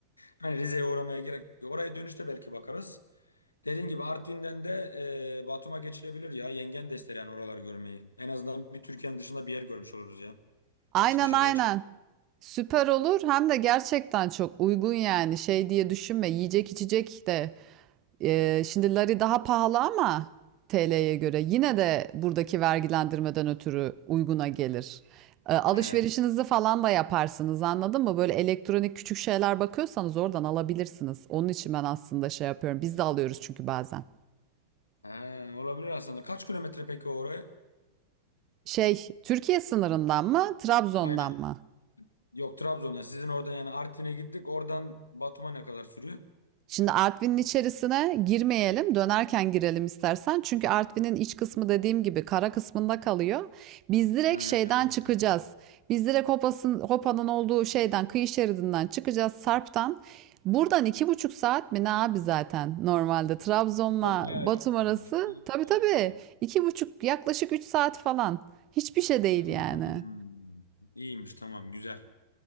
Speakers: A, on the left (about 80°); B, on the right (about 35°).
A: hani Rize'ye uğramaya gerek yok. Oraya dönüşte belki bakarız. Dediğin gibi Artvin'den de e, Batum'a geçilebilir ya. Yengen de ister yani oraları görmeyi. En azından bir Türkiye'nin dışında bir yer görmüş oluruz ya.
B: Aynen
A: Hiç dışarıya
B: aynen.
A: çık.
B: Süper olur. Hem de gerçekten çok uygun yani. Şey diye düşünme. Yiyecek içecek de. e, şimdi lari daha pahalı ama TL'ye göre. Yine de buradaki vergilendirmeden ötürü uyguna gelir. E, alışverişinizi
A: He.
B: falan da yaparsınız anladın mı? Böyle elektronik küçük şeyler bakıyorsanız oradan alabilirsiniz. Onun için ben aslında şey yapıyorum. Biz de alıyoruz çünkü bazen.
A: He, olabilir aslında. Kaç kilometre peki oraya?
B: Şey, Türkiye sınırından mı, Trabzon'dan
A: Aynen.
B: mı?
A: Yok Trabzon'a. Sizin oradan yani Artvin'e gittik. Oradan Batum'a ne kadar sürüyor?
B: Şimdi Artvin'in içerisine girmeyelim, dönerken girelim istersen. Çünkü Artvin'in iç kısmı dediğim gibi kara kısmında kalıyor. Biz direkt
A: Hmm.
B: şeyden çıkacağız. Biz direkt Hopas'ın, Hopa'nın olduğu şeyden, kıyı şeridinden çıkacağız, Sarp'tan. Buradan iki buçuk saat mi ne abi zaten normalde Trabzon'la
A: O bayağı
B: Batum
A: yakınmış.
B: arası.
A: İyi,
B: Tabii tabii
A: iyi, iyi.
B: iki buçuk yaklaşık üç saat falan. Hiçbir şey değil
A: Hmm.
B: yani.
A: İyiymiş tamam güzel.